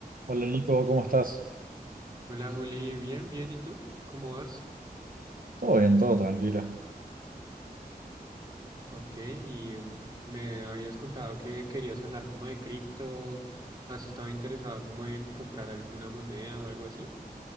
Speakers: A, on the right; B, on the right.
A: Hola Nico, ¿cómo estás?
B: Hola Juli, bien, bien, ¿y tú? ¿Cómo vas?
A: Todo bien, todo tranquilo.
B: Ok, y mm, me habías contado que querías hablar como de cripto, ¿has estado interesado como en comprar alguna moneda o algo así?